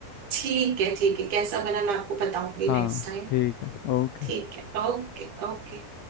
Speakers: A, on the right; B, on the left.
A: ठीक है ठीक है कैसा बना मैं आपको बताऊंगी
B: हाँ
A: नेक्स्ट टाइम
B: ठीक है ओके
A: ठीक है ओके ओके